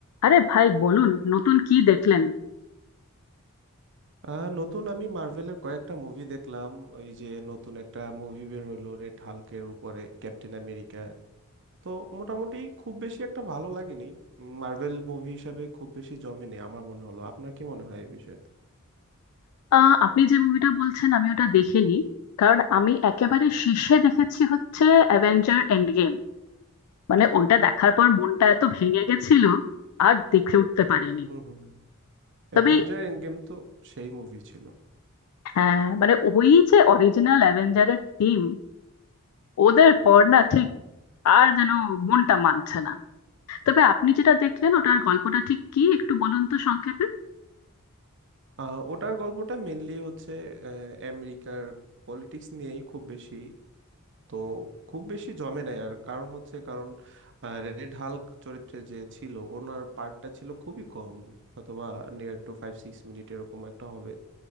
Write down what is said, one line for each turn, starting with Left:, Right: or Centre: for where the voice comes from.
Left: আরে ভাই বলুন নতুন কি দেখলেন
Right: আহ নতুন আমি মার্ভেলের কয়েকটা মুভি দেখলাম ওই যে নতুন একটা মুভি বের হইলো রেড হাল্কের উপরে ক্যাপ্টেন আমেরিকা তো মোটামুটি খুব বেশি একটা ভালো লাগেনি মার্ভেল মুভি হিসাবে খুব বেশি জমেনি আমার মনে হলো আপনার কি মনে হয় এই বিষয়ে
Left: আহ, আপনি যে মুভিটা বলছেন আমি ওটা দেখিনি কারণ আমি একেবারে শেষে দেখেছি হচ্ছে অ্যাভেঞ্জার এন্ড গেম মানে ওইটা দেখার পর মনটা এত ভেঙে গেছিল আর দেখে উঠতে পারিনি
Right: হুম হুম অ্যাভেঞ্জার
Left: তবে
Right: এন্ড গেম তো সেই মুভি ছিল
Left: হ্যাঁ মানে ওই যে অরিজিনাল অ্যাভেঞ্জারের টিম ওদের পর না ঠিক আর যেন মনটা মানছে না তবে আপনি যেটা দেখলেন ওটার গল্পটা ঠিক কি একটু বলুন তো সংক্ষেপে
Right: আহ, ওটার গল্পটা মেনলি হচ্ছে আহ, আমেরিকার পলিটিক্স নিয়েই খুব বেশি তো খুব বেশি জমে নাই আর কারণ হচ্ছে কারণ রেড হাল্ক চরিত্রে যে ছিল ওনার পার্টটা ছিল খুবই কম হয়তোবা নিয়ার টু ফাইভ সিক্স মিনিট এরকম একটা হবে